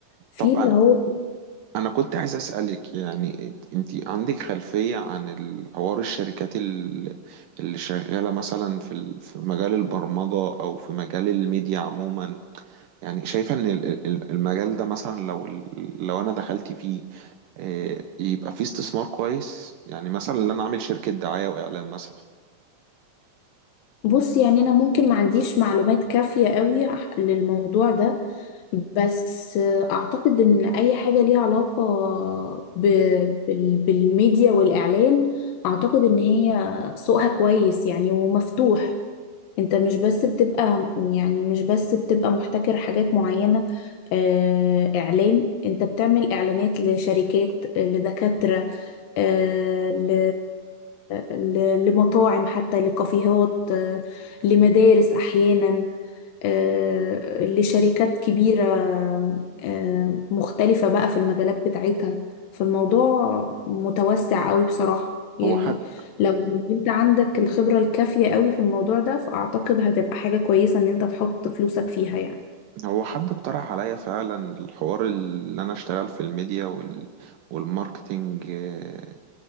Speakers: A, on the left; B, on the right.
A: في
B: طبعا
A: اللي هو
B: أنا كنت عايز أسألك يعني أنت عندك خلفية عن الحوار الشركات ال- اللي شغالة مثلا في ال- في مجال البرمجة أو في مجال الميديا عموما يعني شايفة إن ال- ال- المجال ده مثلا لو ال- لو أنا دخلت فيه آه، يبقى فيه استثمار كويس يعني مثلا إن أنا أعمل شركة دعاية وإعلان مثلا
A: بص يعني انا ممكن ما عنديش معلومات كافية قوي ح- للموضوع ده بس اعتقد ان اي حاجة ليها علاقة ب... بال... بالميديا والاعلان اعتقد ان هي سوقها كويس يعني ومفتوح انت مش بس بتبقى يعني مش بس بتبقى محتكر حاجات معينة آه، اعلان انت بتعمل اعلانات لشركات آه، لدكاترة آه، ل... ل... لمطاعم حتى لكافيهات آه، لمدارس احيانا آه، لشركات كبيرة آه، مختلفة بقى في المجالات بتاعتها فالموضوع متوسع قوي بصراحة يعني
B: هو حد
A: لو انت عندك الخبرة الكافية قوي في الموضوع ده فأعتقد هتبقى حاجة كويسة ان انت تحط فلوسك فيها يعني
B: هو حد اقترح عليا فعلا الحوار اللي أنا أشتغل في الميديا وال والماركتينج آه،